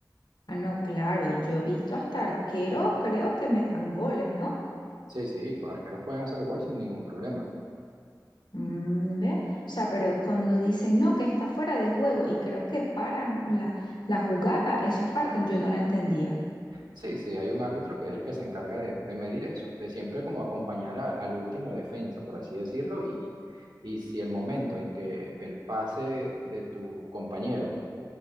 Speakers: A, on the left; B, on the right.
A: Ah, no, claro, yo he visto hasta arquero, creo que metan goles, ¿no?
B: Sí, sí, los arqueros pueden hacer gol sin ningún problema.
A: Mm, ¿ve? O sea, pero cuando dicen, no, que está fuera de juego, y creo que paran la, la jugada, esa parte yo no la entendía.
B: Sí, sí, hay un árbitro que es el que se encarga de, de medir eso, de siempre como acompañar a- al último defensa, por así decirlo, y, y si el momento en que el pase de tu compañero